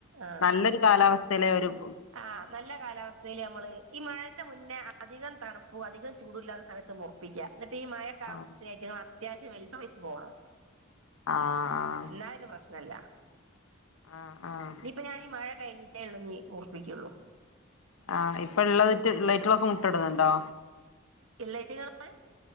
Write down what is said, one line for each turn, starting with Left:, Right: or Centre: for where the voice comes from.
Right: ആഹ്
Left: നല്ലൊരു കാലാവസ്ഥല് ഇവര്-
Right: ആഹ് നല്ല കാലാവസ്ഥയില് നമ്മള് ഈ മഴേന്റെ മു പിന്നെ അ അധികം തണുപ്പു അധികം ചൂടു ഇല്ലാത്ത സമയത്ത് ഒറപ്പിക്ക്‌യാ എന്നിട്ട് ഈ മഴ <unintelligible>
Left: ആഹ്
Right: അത്യാവശ്യം വലി‌പ്പം വെച്ച് പോവണത്
Left: ആഹ്
Right: എല്ലായനും പ്രശ് നല്ല
Left: ആഹ് ആഹ്
Right: ഇനീപ്പ ഞാൻ ഈ മഴ കഴിഞ്ഞി <unintelligible> ഒഴിക്കേഉള്ളൂ
Left: ആഹ് ഇപ്പൊള്ളതിറ്റ് ള്ളറ്റിലൊക്ക മുട്ട ഇട്ന്നുണ്ടോ
Right: ഇ <unintelligible>